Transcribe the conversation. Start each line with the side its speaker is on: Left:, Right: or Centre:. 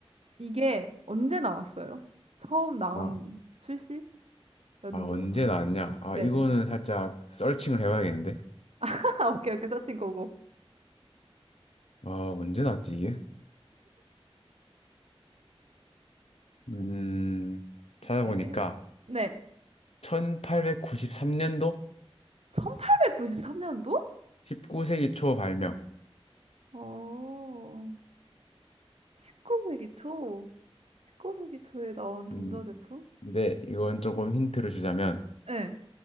Right: 이게 언제 나왔어요? 처음 나온
Left: 아,
Right: 출시? 연도나.
Left: 아, 언제 나왔냐? 아,
Right: 네네.
Left: 이거는 살짝 서칭을 해봐야겠는데?
Right: <laughs> 오케이, 오케이. 서칭 고고.
Left: 아, 언제 나왔지, 이게? 음, 찾아보니까
Right: 네. 네.
Left: 1893년도
Right: 1893년도?
Left: 19세기 초 발명.
Right: 어, 19세기 초. 19세기 초에 나온 전자제품?
Left: 음, 근데 이건 조금 힌트를 주자면
Right: 네.